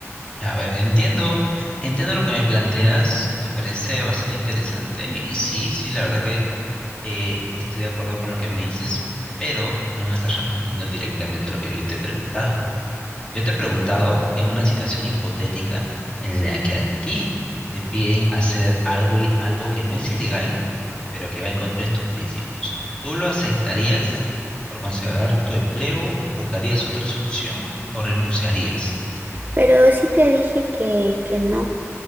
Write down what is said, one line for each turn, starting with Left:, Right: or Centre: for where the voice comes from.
Left: Ya, a ver, entiendo, entiendo lo que me planteas, me parece bastante interesante y sí, sí, la verdad que eh, estoy de acuerdo con lo que me dices, pero no me estás respondiendo directamente a lo que yo te he preguntado. Yo te he preguntado en una situación hipotética en la que a ti te piden hacer algo y algo que no es ilegal, pero que va en contra de tus principios. ¿Tú lo aceptarías por conservar tu empleo? ¿Buscarías otra solución o renunciarías?
Right: Pero sí te dije que, que no,